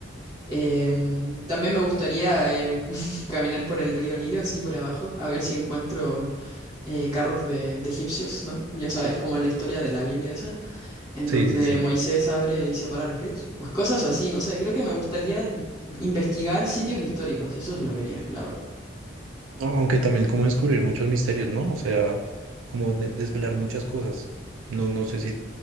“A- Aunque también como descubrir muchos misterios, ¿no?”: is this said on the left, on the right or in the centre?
Right